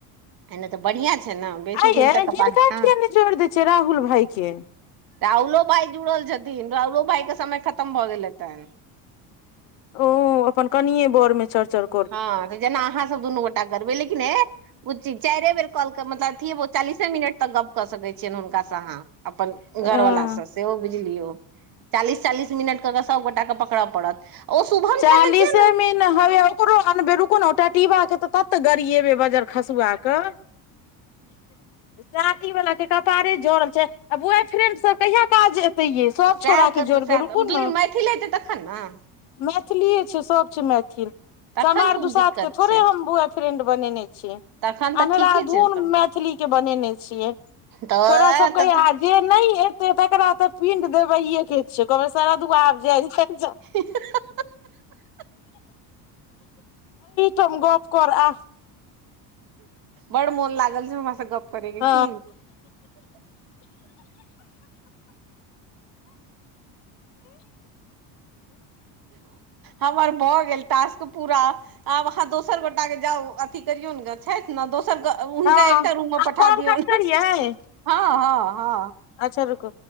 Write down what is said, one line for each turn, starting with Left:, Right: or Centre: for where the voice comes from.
Right: एने तऽ बढ़िआ छै ने बेसी
Left: आ
Right: दिन
Left: य
Right: तक
Left: हिनका
Right: अपन। हँ
Left: किया ने जोर देय छै राहुल भाई के
Right: राहुलो भाई जुड़ल छथिन राहुलो भाई के समय खतम भ गेल हेतनि
Left: ओ अपन कनि बर मे चौर चर
Right: हँ तऽ जेना अहाँ सभ दुनू गोटा करबै लेकिन ह ओ ची चारिए बेर कॉल कऽ मतल अिय चालीसे मिनट तक गप्प कऽ सकैत छियनि हुनकासँ अहाँ अपन घर
Left: अ
Right: वाला सभ सेहो बुझलियौ चालीस चालीस मिनट कऽ के सभगोटा के पकड़ऽ पड़त ओ शुभम
Left: चालीसे
Right: झा के किया
Left: मे ने ह ककरो अनबै रुकु ने टा टि्बाके तऽ तब तऽ गरियेबै बजर खसुआ के चाटी वालला के कपारे जड़ल छै आ बॉय फ्रेड सभ कहिया काज तय से
Right: सएह
Left: छोड़ा
Right: करतै
Left: के जोड़ै
Right: सएह
Left: रुकु
Right: लेकिन
Left: ने
Right: मैथिल हेतै तखन ने।
Left: मैथिलीए छै सभ छै मैथिल
Right: तखन
Left: समार
Right: कोन
Left: दुसाध
Right: दिक्कत
Left: के थोड़े
Right: छै
Left: हम बुआ फ्रेड बनेने छियै
Right: तखन तऽ
Left: अन्ह
Right: ठीके
Left: राधुन
Right: छै तऽ
Left: मैथिलीके बनेने छियै
Right: तऽ
Left: छोड़ सभ कहै आ जे नहि एते तकरा तऽ पिण्ड देबै के छिय कह शरद आब जा
Right: ह।
Left: तम गप कर आ
Right: बड़ मोन लागल छै हमरासँ गप करैके
Left: हँ
Right: कि हमर भऽ गेल तास्क पूरा। आब अहाँ दोसर गोटा के जाउ अथी करियौ ने छथि ने दोसर गो हुनका
Left: हँ
Right: एकटा रूम
Left: आब
Right: मे पठा
Left: कॉल
Right: दियऔ
Left: कट करियै
Right: ह ह ह
Left: अच्छा रुक